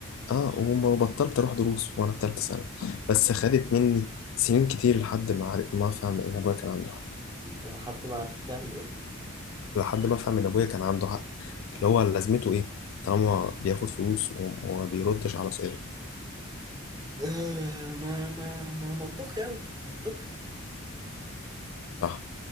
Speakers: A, on the left; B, on the right.
A: اه وما بطلت اروح دروس وانا في ثالثه ثانوي بس خدت مني سنين كتير لحد ما عارف ما افهم ان ابويا كان عنده حق
B: أنا حتى ما عرفت تعمل إيه
A: لحد ما افهم ان ابويا كان عنده حق اللي هو لازمته ايه طالما بياخد فلوس وم- وما بيردش على سؤال
B: آه، ما ما ما منطقي أوي منطقي
A: صح